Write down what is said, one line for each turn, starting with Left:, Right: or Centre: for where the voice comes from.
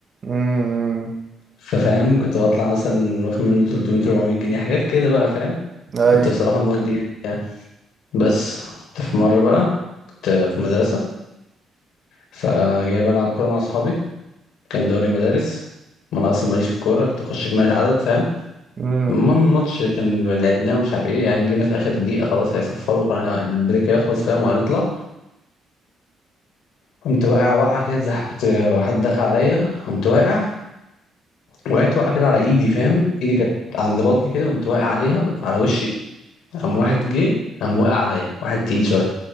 Right: امم
Left: ففاهم كنت بطلع مثلا واخد منه 300 400 جنيه حاجات كده بقى فاهم
Right: اي
Left: كنت بصراحة مودي جامد يعني بس كنت في مرة بقى كنت في مدرسة فجاي بلعب كورة مع أصحابي كان دوري مدارس وانا اصلا ماليش في الكوره كنت اخش اجمالي عدد فاهم
Right: امم
Left: المهم الماتش كان لعبناه ومش عارف ايه يعني جينا في اخر دقيقه خلاص هيصفروا خلينا البريك هيخلص فاهم وهنطلع قمت واقع وقعه كده اتزحلقت حد دخل عليا قمت واقع وقعت وقعه كده على ايدي فاهم ايدي كانت عند بطني كده قمت واقع عليها على وشي قام واحد
Right: امم
Left: جه قام واقع عليا واحد تقيل شويه